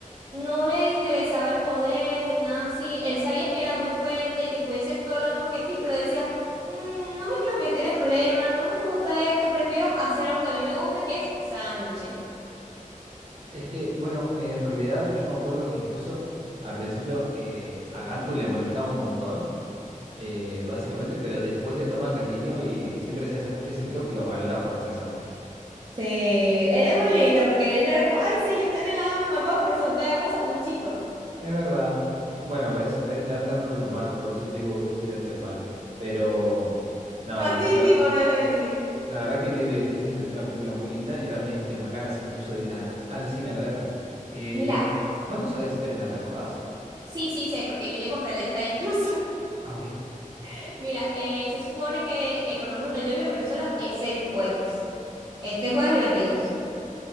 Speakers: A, on the right; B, on the right.
A: no le interesaba el poder ni nada así. Él sabía que era muy fuerte y que podía ser todo lo mismo que Stitch, pero decía, "Mm, no me quiero meter en problemas, no me gusta esto, prefiero hacer algo que a mí me gusta, que es sándwiches.
B: Es que, bueno, en realidad yo me acuerdo que incluso al principio eh, a Gantu le molestaba un montón eh, básicamente, pero después le toma cariño y siempre hacía sándwiches y creo que lo valora por hacer sándwiches.
A: Sí, él es muy lindo porque él era como, ay, sí, yo estoy en el lado de los malvados, pero son, te hago sanduchito.
B: Es verdad. Bueno, ves, ves, te dan ternura los malos, por eso digo que vos serías el malo. Pero nada,
A: Va, sí,
B: la,
A: sí, probablemente sí.
B: la verdad que Lilo y Stitch es es una película muy linda y ahora me diste más ganas incluso de ir a- al cine a verla. Eh,
A: Mira,
B: de- ¿cuándo se estrena, te acordás?
A: sí, sí, sé, porque yo ya compré la entrada incluso.
B: Ah, ok.
A: <laughs> Mira, eh, se supone que, eh, por lo menos donde yo vivo en Venezuela, es el jueves. Este jueves el veintidós